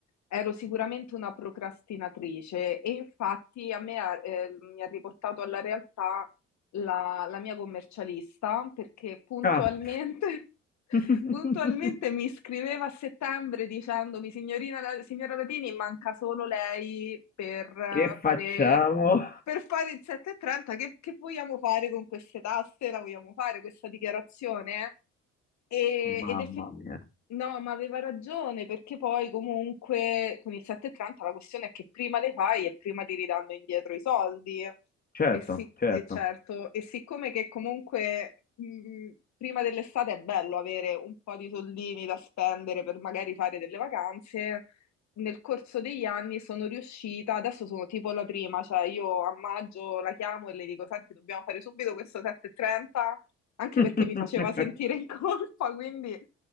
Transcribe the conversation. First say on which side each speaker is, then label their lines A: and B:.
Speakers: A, on the left; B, on the left.
A: ero sicuramente una procrastinatrice e infatti a me ha- eh, mi ha riportato alla realtà la, la mia commercialista perché puntualmente,
B: Ah,
A: <laughs>
B: <laughs>
A: puntualmente mi scriveva a settembre dicendomi, signorina, signora Latini, manca solo lei per eh,
B: che facciamo?
A: fare per fare il 7,30, che, che vogliamo fare con queste tasse? La vogliamo fare questa dichiarazione? E-
B: Mamma
A: ed effettivamente,
B: mia.
A: no, ma aveva ragione, perché poi comunque con il 7,30 la questione è che prima le fai e prima ti ridanno indietro i soldi.
B: Certo,
A: E, sì,
B: certo.
A: e certo, e siccome che comunque mh, prima dell'estate è bello avere un po' di soldini da spendere per magari fare delle vacanze, nel corso degli anni sono riuscita, adesso sono tipo la prima, cioè io a maggio la chiamo e le dico, senti, dobbiamo fare subito questo 7.30, anche
B: <laughs>
A: perché mi faceva sentire in colpa, quindi